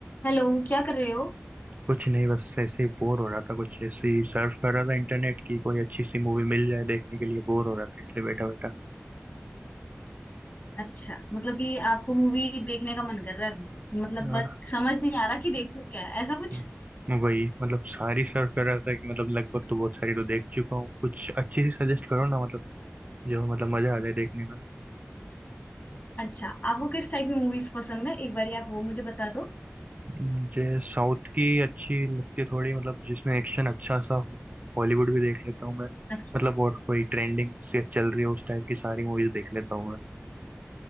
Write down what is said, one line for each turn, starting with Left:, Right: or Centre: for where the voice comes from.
Left: Hello क्या कर रहे हो
Right: कुछ नहीं बस ऐसे ही बोर हो रहा था कुछ ऐसे ही सर्फ कर रहा था इंटरनेट की कोई अच्छी सी मूवी मिल जाए देखने के लिए बोर हो रहा था इसलिए बैठा बैठा
Left: अच्छा मतलब कि आपको मूवी देखने का मन कर रहा है अभी मतलब
Right: हाँ
Left: बट समझ नहीं आ रहा कि देखूं क्या ऐसा कुछ
Right: हम्म, वही मतलब सारी सर्फ कर रहा था कि मतलब लगभग तो बहुत सारी तो देख चुका हूँ कुछ अच्छी सी सजेस्ट करो ना मतलब जो मतलब मजा आ जाए देखने में
Left: अच्छा आपको किस टाइप की मूवीज पसंद है एक बार आप वो मुझे बता दो
Right: मुझे साउथ की अच्छी लगती है थोड़ी मतलब जिसमें एक्शन अच्छा सा हो हॉलीवुड भी देख लेता हूँ मैं
Left: अच्छा
Right: मतलब और कोई ट्रेंडिंग से चल रही है उस टाइप की सारी मूवीज देख लेता हूँ मैं